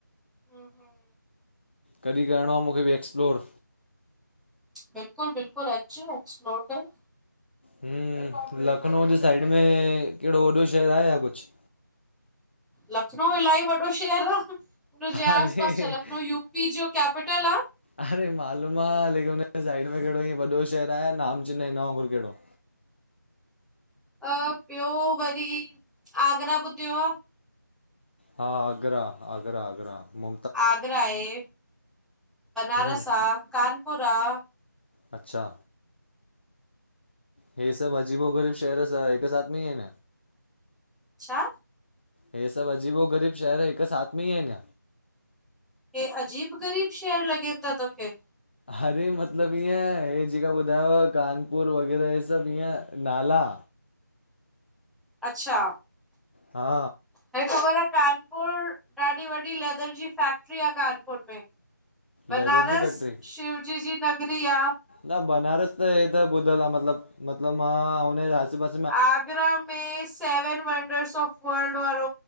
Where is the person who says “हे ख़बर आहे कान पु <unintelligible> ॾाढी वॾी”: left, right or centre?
Centre